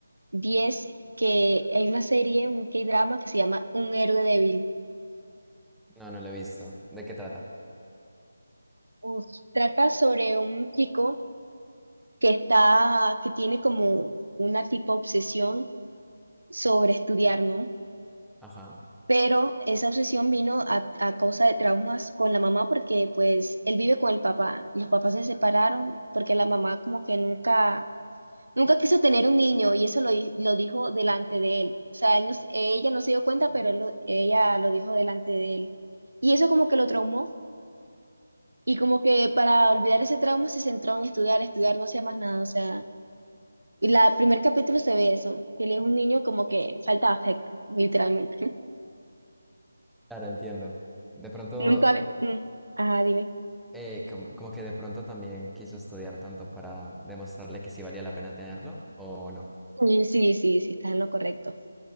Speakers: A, on the right; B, in the centre.
A: diez que hay una serie, un K-drama que se llama Un héroe débil.
B: No, no lo he visto. ¿De qué trata?
A: Uf, trata sobre un chico que está, que tiene como una tipo obsesión sobre estudiar, ¿no?
B: Ajá.
A: pero esa obsesión vino a, a causa de traumas con la mamá porque pues él vive con el papá. Los papás se separaron porque la mamá como que nunca, nunca quiso tener un niño y eso lo, di- lo dijo delante de él. O sea, él no s- ella no se dio cuenta, pero él lo- ella lo dijo delante de él. Y eso como que lo traumó y como que para olvidar ese trauma se centró en estudiar, estudiar, no hacía más nada. O sea, y la primer capítulo se ve eso, que él es un niño como que falta de afecto, literalmente.
B: Claro, entiendo. De
A: <laughs>
B: pronto,
A: Nunca... mm, Ajá, dime.
B: eh, com- como que de pronto también quiso estudiar tanto para demostrarle que sí valía la pena tenerlo, ¿o no?
A: Mm, Sí, sí, sí, estás en lo correcto.